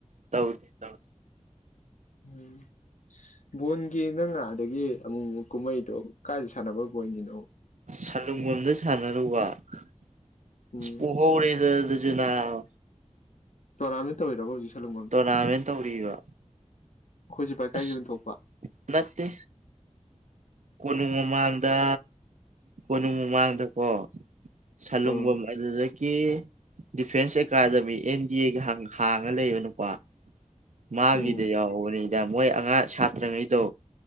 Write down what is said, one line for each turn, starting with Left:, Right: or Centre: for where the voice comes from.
Right: ꯇꯧꯗꯤ ꯇꯧ
Left: ꯎꯝ ꯕꯣꯟꯒꯤ ꯅꯪ ꯉ ꯑꯗꯒꯤ ꯑꯃꯨꯃꯨꯛ ꯀꯨꯝꯍꯩꯗꯣ ꯀꯗꯥꯥꯏꯗ ꯁꯥꯟꯅꯕ ꯕꯣꯟꯒꯤꯅꯣ
Right: ꯁꯂꯨꯡꯕꯝꯗ ꯁꯥꯟꯅꯔꯨꯕ ꯑ
Left: ꯎꯝ
Right: ꯄꯣꯛꯍꯧꯔꯦꯗ ꯑꯗꯨꯁꯨ ꯅꯥꯕꯥ
Left: ꯇꯣꯔꯅꯥꯃꯦꯟ ꯇꯧꯔꯤꯔꯕꯣ ꯍꯧꯖꯤꯛ ꯁꯂꯨꯡꯕꯝ
Right: ꯇꯣꯔꯅꯥꯃꯦꯟ
Left: ꯗꯥ
Right: ꯇꯧꯔꯤꯕ
Left: ꯑꯩꯈꯣꯏꯖꯤꯦ ꯄꯥꯏꯀꯥꯏ
Right: ꯑꯁ
Left: ꯌꯣꯟꯊꯣꯛꯄ <unintelligible>
Right: ꯅꯠꯇꯦ ꯀꯣꯅꯨꯡ ꯃꯃꯥꯡꯗ ꯀꯣꯅꯨꯡ ꯃꯃꯥꯡꯗꯀꯣ ꯁꯂꯨꯡꯕꯝ
Left: ꯎꯝ
Right: ꯑꯗꯨꯗꯩꯩ ꯀꯦ ꯗꯤꯐꯦꯟꯁ ꯑꯦꯀꯥꯗꯃꯤ ꯑꯦꯟ ꯗꯤ ꯑꯦꯒꯤ ꯍꯥꯡ ꯍꯥꯡꯉ ꯂꯩꯕ ꯅꯨꯄꯥ ꯃꯥꯒꯤꯗ
Left: ꯎꯝ
Right: ꯌꯥꯎꯕꯅꯤꯗ ꯃꯣꯏ ꯑꯉꯥꯡ ꯁꯥꯇ꯭ꯔꯉꯩꯗꯣ